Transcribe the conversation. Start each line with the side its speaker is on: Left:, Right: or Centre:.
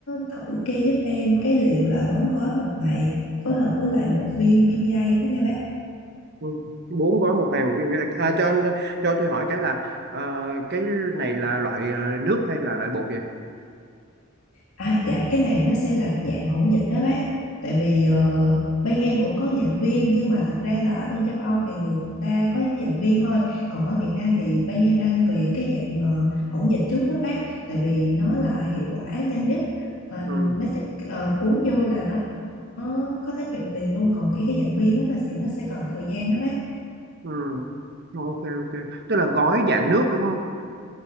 Left: thử kê giúp em cái liệu là bón gói một ngày phối hợp với lại một viên PPI với nha bác.
Right: ừ. bốn gói một ngàn viên vi- à, cho cho tôi hỏi cái là ờ, cái này là loại ờ, nước hay là loại bột vậy
Left: À, dạ cái này nó sẽ là dạng hỗn dịch đó bác tại vì ờ, bên em cũng có giảng viên nhưng mà thật ra là ở bên châu Âu thì người ta có giảng viên thôi còn ở Việt Nam thì bên em đang về cái dạng ờ, hỗn dịch trước đó bác tại vì nó là hiệu quả nhanh nhất Ờ,
Right: ừ
Left: nó chỉ- ờ, uống vô là nó nó có tác dụng liền luôn còn khi cái dạng viên đó là thì nó sẽ cần thời gian đó bác
Right: ừ ok ok tức là gói dạng nước đúng không